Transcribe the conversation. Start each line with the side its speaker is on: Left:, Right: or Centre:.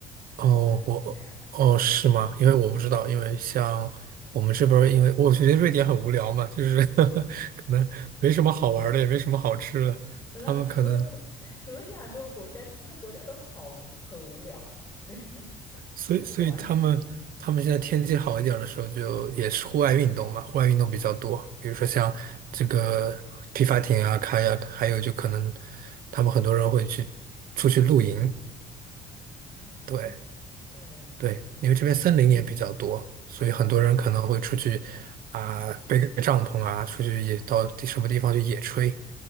Right: 哦，
Left: 玩这个
Right: 我哦是吗？
Left: kayak。
Right: 因为我不知道，因为像我们这边儿因为我觉得瑞典很无聊嘛，就是 <laughs> 可能没什么好玩儿的，也没什么好吃的。
Left: 那除了
Right: 他们可能，
Left: <laughs> 除了亚洲国家，其他国家都好无很无聊，没什么
Right: 所以所以他们他们现在天气好一点儿的时候，
Left: 就可玩性
Right: 就也是户外运动嘛，户外运动比较多，比如说像这个皮划艇啊、开 a 还有就可能他们很多人会去出去露营，
Left: <laughs> 啊。
Right: 对。
Left: 对对
Right: 对，因为这边森林也比较多，所以很多人可能会出去啊，
Left: 啊，
Right: 背个帐篷啊，出去野到地什么地方去野炊